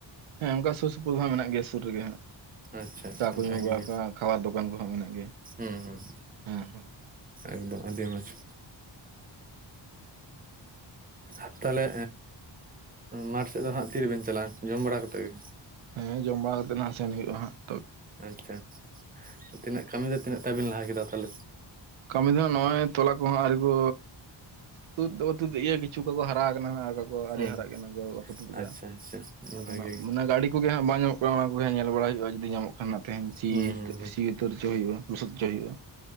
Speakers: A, on the right; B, on the right.
A: ᱦᱮᱸ ᱚᱱᱠᱟ ᱥᱩᱨ ᱥᱩᱯᱩᱨ ᱦᱟᱸᱜ ᱢᱮᱱᱟᱜ ᱜᱮᱭᱟ ᱥᱩᱨ ᱨᱮᱜᱮ ᱦᱟᱸᱜ᱾
B: ᱟᱪᱪᱷᱟ ᱟᱪᱪᱷᱟ
A: ᱪᱟ ᱠᱚ ᱧᱩ
B: ᱵᱷᱟᱜᱮ
A: ᱵᱟᱲᱟ
B: ᱜᱮ
A: ᱠᱚᱟᱜ ᱠᱷᱟᱣᱟᱨ ᱫᱚᱠᱟᱱ ᱠᱚᱦᱚᱸ ᱢᱮᱱᱟᱜ ᱜᱮᱭᱟ
B: ᱦᱩᱸ ᱦᱩᱸ
A: ᱦᱮᱸ ᱦᱮᱸ ᱾
B: ᱮᱠᱫᱚᱢ ᱟᱹᱰᱤ ᱢᱚᱡᱽ ᱾ ᱟᱨ ᱛᱟᱦᱚᱞᱮ ᱢᱟᱴᱷ ᱥᱮᱫ ᱫᱚ ᱦᱟᱜ ᱛᱤᱨᱮᱵᱮᱱ ᱪᱟᱞᱟᱜᱼᱟ ᱡᱚᱢ ᱵᱟᱲᱟ ᱠᱟᱛᱮᱜ ᱜᱮ?
A: ᱦᱮᱸ ᱡᱚᱢ ᱵᱟᱲᱟ ᱠᱟᱛᱮᱜ ᱦᱟᱸᱜ ᱥᱮᱱ ᱦᱩᱭᱩᱜᱼᱟ ᱦᱟᱸᱜ ᱾
B: ᱟᱪᱪᱷᱟ, ᱛᱤᱱᱟᱹᱜ ᱠᱟᱹᱢᱤ ᱫᱚ ᱛᱤᱱᱟᱹᱜ ᱛᱟᱵᱤᱱ ᱞᱟᱦᱟ ᱠᱮᱫᱟ ᱛᱟᱦᱚᱞᱮ?
A: ᱠᱟᱹᱢᱤ ᱫᱚᱦᱟᱸᱜ ᱱᱚᱜᱼᱚᱭ ᱛᱚᱞᱟ ᱠᱚᱦᱚᱸ ᱟᱹᱣᱨᱤ ᱠᱚ ᱛᱩᱫ ᱫᱚᱠᱚ ᱛᱩᱫᱮᱫ ᱜᱮᱭᱟ ᱠᱤᱪᱷᱩ ᱠᱚᱠᱚ ᱦᱟᱨᱟ ᱟᱠᱟᱱᱟ, ᱟᱨ ᱟᱨᱮ
B: ᱦᱩᱸ
A: ᱦᱟᱨᱟᱜ ᱜᱮ ᱵᱟᱠᱚ ᱛᱩᱫ ᱮᱫᱟ
B: ᱟᱪᱪᱷᱟ ᱟᱪᱪᱷᱟ
A: ᱟᱫᱚ
B: ᱵᱷᱟᱜᱮ
A: ᱢᱟᱱᱮ ᱜᱟᱹᱰᱤ ᱠᱚᱜᱮ ᱦᱟᱸᱜ ᱵᱟᱝ ᱧᱟᱢᱚᱜ ᱛᱚ ᱦᱚᱸᱜᱚᱭ ᱵᱚᱭᱦᱟ ᱧᱮᱞ ᱵᱟᱲᱟ ᱦᱩᱭᱩᱜᱼᱟ ᱡᱩᱫᱤ ᱧᱟᱢᱚᱜ ᱠᱷᱟᱱ ᱛᱮᱦᱮᱧ ᱥᱤ
B: ᱦᱩᱸ ᱦᱩᱸ
A: ᱥᱤ ᱩᱛᱟᱹᱨ ᱚᱪᱚ ᱦᱩᱭᱩᱜᱼᱟ᱾ ᱞᱩᱚᱥᱚᱫ ᱚᱪᱚᱭ ᱦᱩᱭᱩᱜᱼᱟ ᱾